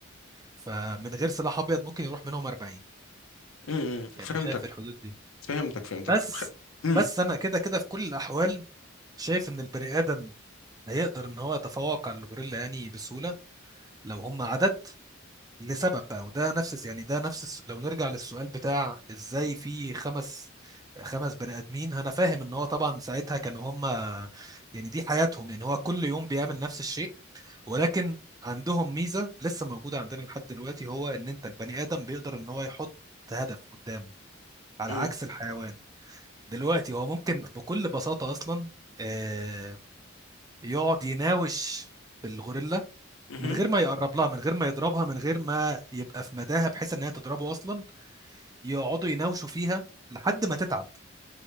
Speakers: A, on the right; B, on the left.
A: فمن غير سلاح ابيض ممكن يروح منهم 40
B: امم فهمتك
A: يعني شايف الحدود دي
B: فهمتك فهمتك
A: بس
B: طب خ- امم
A: بس انا كده كده في كل الاحوال شايف ان البني ادم هيقدر ان هو يتفوق على الغوريلا يعني بسهوله لو هم عدد لسبب بقى وده نفس الس- يعني ده نفس الس- لو نرجع للسؤال بتاع ازاي في خمس خمس بني ادمين انا فاهم ان هو طبعا ساعتها كانوا هم يعني دي حياتهم يعني هو كل يوم بيعمل نفس الشيء ولكن عندهم ميزة لسه موجودة عندنا لحد دلوقتي هو ان انت البني ادم بيقدر ان هو يحط هدف قدامه على
B: امم
A: عكس الحيوان دلوقتي هو ممكن بكل بساطة اصلا آه، يقعد يناوش الغوريلا
B: امم
A: من غير ما يقرب لها من غير ما يضربها من غير ما يبقى في مداها بحيث ان هي تضربه اصلا يقعدوا يناوشوا فيها لحد ما تتعب